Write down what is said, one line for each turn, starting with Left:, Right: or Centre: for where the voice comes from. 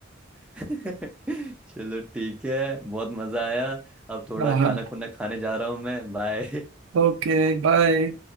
Centre: <laughs> चलो ठीक है बहुत मजा आया अब थोड़ा
Right: <laughs>
Centre: खाना
Right: हाँ
Centre: खुना खाने जा रहा हूँ मैं बाय
Right: ओके बाय